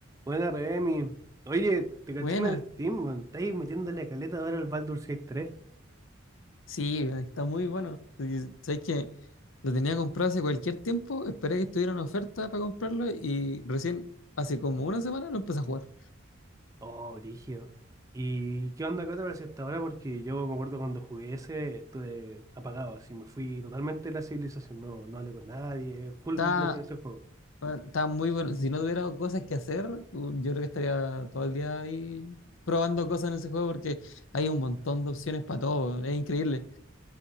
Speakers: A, on the right; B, on the left.
A: Buena, Remy. Oye, te caché
B: Buena,
A: en el Steam, weón. Estáis metiéndole caleta ahora al Baldur's Gate 3.
B: sí, está muy bueno. Y Sabes que lo tenía comprado hace cualquier tiempo, esperé que estuviera en oferta para comprarlo y recién hace como una semana lo empecé a jugar.
A: Oh, brígido. ¿Y qué onda acá te pareció hasta ahora? Porque yo me acuerdo cuando jugué ese, estuve apagado, así me fui totalmente de la civilización. No, no hablé con nadie, full
B: Está,
A: metido en ese juego.
B: bueno, está muy bueno. Si no tuviera cosas que hacer, uh, yo creo que estaría todo el día ahí probando cosas en ese juego porque hay un montón de opciones para todo. Es increíble.